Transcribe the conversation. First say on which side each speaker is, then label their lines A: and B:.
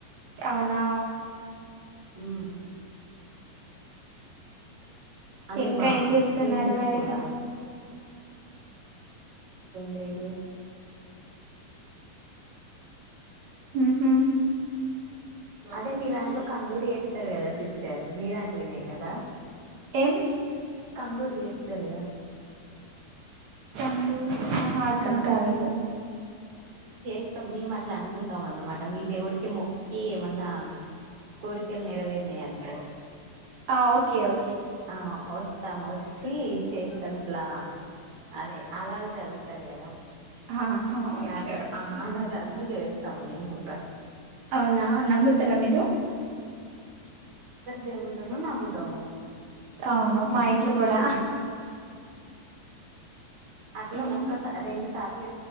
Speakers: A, on the right; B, on the right.
A: అవునా
B: హ్మ్ అంటే
A: ఇంకా
B: మా
A: ఏం చేస్తున్నారు
B: హిందూస్
A: మరి
B: కూడా లేదు
A: ఊహూ
B: అదే మీ దాంట్లో కందూరి వేస్తారు కదా సిస్టర్ మీ దాంట్లోనే కదా
A: ఏం
B: తందూరి వేస్తారుగా
A: <unintelligible> మా అర్ధం
B: ఆ
A: కాలేదు
B: స్తం మేము అట్లా అనుకుంటాం అన్నమాట మీ దేవుడికి మొక్కి ఏమన్నా కోరికలు నెరవేరినాయి అనుకో
A: ఆ ఓకే ఓ
B: ఆ వస్తాం వస్తా వచ్చి చేస్తాం ఇట్లా అదే అలాళ్ళు చదువుతారు కదా
A: ఆహా
B: ఈ
A: ఓకే
B: ఆటతో
A: ఓకే
B: అలా చదివి చేస్తాం మేము కూడా
A: అవునా నమ్ముతారా మీరు
B: దేవుళ్ళను నమ్ముతాము
A: అవును మా
B: అట్లా
A: ఇంట్లో కూడా
B: ఆ అట్లా
A: మ్,
B: ఒక్కస రెండు సార్